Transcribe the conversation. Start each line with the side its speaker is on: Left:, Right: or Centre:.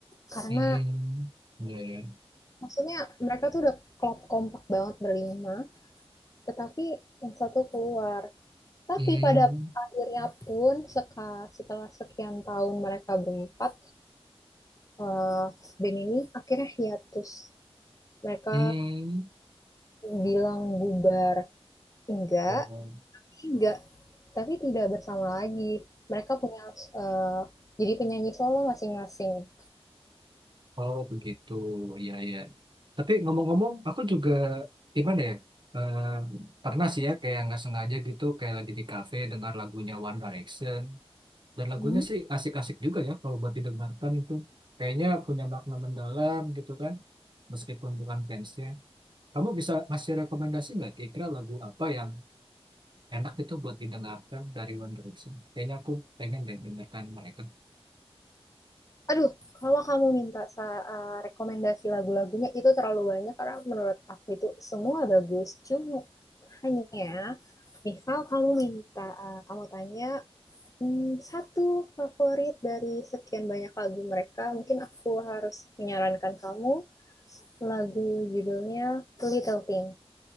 Left: karena
Right: hmm iya ya
Left: maksudnya mereka tuh udah klop kompak banget berlima tetapi yang satu keluar tapi
Right: hmm
Left: pada akhirnya pun seka- setelah sekian tahun mereka berempat eh, band ini akhirnya hiatus mereka
Right: hmm
Left: bilang bubar enggak
Right: oh
Left: enggak tapi tidak bersama lagi mereka punya eh, jadi penyanyi solo masing-masing
Right: Oh begitu, iya iya. Tapi ngomong-ngomong, aku juga gimana ya? eh, pernah sih ya kayak nggak sengaja gitu, kayak lagi di kafe dengar lagunya One Direction dan lagunya
Left: Hmm.
Right: sih asik-asik juga ya kalau buat didengarkan itu. Kayaknya punya makna mendalam gitu kan, meskipun bukan fansnya. Kamu bisa ngasih rekomendasi nggak kira-kira lagu apa yang enak itu buat didengarkan dari One Direction? Kayaknya aku pengen deh dengarkan mereka.
Left: aduh kalau kamu minta sa- eh, rekomendasi lagu-lagunya itu terlalu banyak karena menurut aku itu semua bagus cuma hanya misal kamu minta eh, kamu tanya hmm, satu favorit dari sekian banyak lagu mereka mungkin aku harus menyarankan kamu lagu judulnya Little Thing